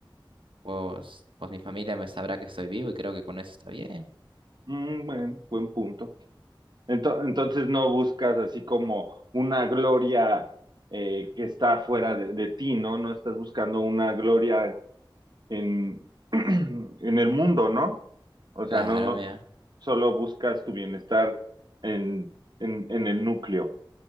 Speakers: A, on the right; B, on the right.
A: Pues, pues mi familia me sabrá que estoy vivo y creo que con eso está bien.
B: Mm, bueno, buen punto. Ento- entonces no buscas así como una gloria eh, que está fuera de, de ti, ¿no? No estás buscando una gloria en, <clears throat> en el mundo, ¿no? O
A: Claro,
B: sea, no, no,
A: mira,
B: solo buscas tu bienestar en, en, en el núcleo.